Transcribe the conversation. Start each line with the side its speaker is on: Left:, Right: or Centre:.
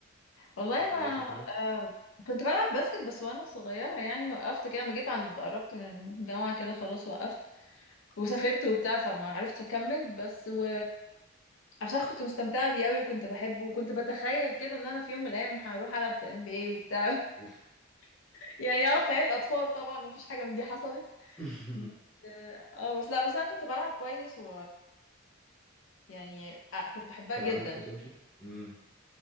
Left: والله
Centre: اتمرنت
Left: انا
Centre: شوية
Left: آه كنت بلعب باسكت بس وانا صغيرة يعني وقفت كده لما جيت عند قربت من الجامعة كده خلاص وقفت وسافرت وبتاع فما عرفتش اكمل بس و عشان كنت مستمتعه بيه قوي وكنت بحبه وكنت بتخيل كده ان انا في يوم من الايام هروح العب في ام بي اي وبتاع
Centre: اوف
Left: <laughs> يعني اه خيال اطفال طبعا مفيش حاجه من دي حصلت
Centre: <laughs>
Left: بس- اه بس لا بس انا كنت بلعب كويس و يعني آه، كنت بحبها
Centre: كان
Left: جدا
Centre: عندك بوتنشال امم